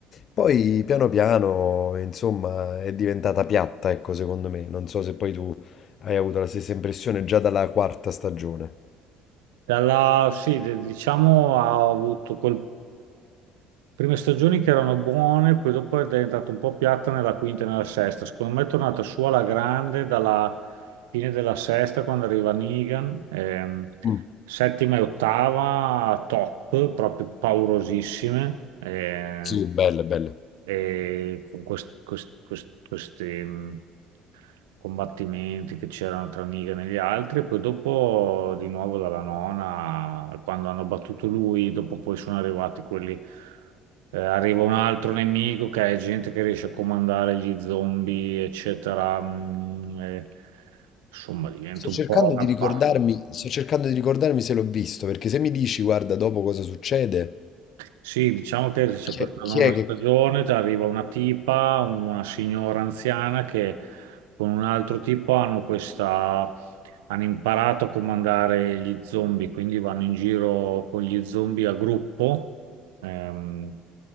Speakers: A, on the left; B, on the right.
A: Poi piano piano, insomma, è diventata piatta, ecco, secondo me. Non so se poi tu hai avuto la stessa impressione già dalla quarta stagione.
B: dalla, sì, de- diciamo ha avuto quel, prime stagioni che erano buone, poi dopo è diventata un po' piatta nella quinta e nella sesta. Secondo me è tornata su alla grande dalla fine della sesta quando arriva Negan, ehm,
A: Mh.
B: settima e ottava top, proprio paurosissime. eh,
A: Sì, belle, belle.
B: e con quest- quest- quest- questi mh, combattimenti che c'erano tra Negan e gli altri, poi dopo di nuovo dalla nona, quando hanno battuto lui, dopo poi sono arrivati quelli, eh, arriva un altro nemico che è gente che riesce a comandare gli zombie, eccetera, mh, e, insomma diventa
A: Sto cercando
B: un po' una
A: di ricordarmi
B: palla.
A: sto cercando di ricordarmi se l'ho visto, perché se mi dici: "Guarda, dopo cosa succede",
B: Sì, diciamo che c'è
A: chi
B: per
A: è
B: tornare
A: chi è
B: una
A: che
B: stagione, ti arriva una tipa, una signora anziana che con un altro tipo hanno questa... hanno imparato a comandare gli zombie, quindi vanno in giro con gli zombie a gruppo. Ehm,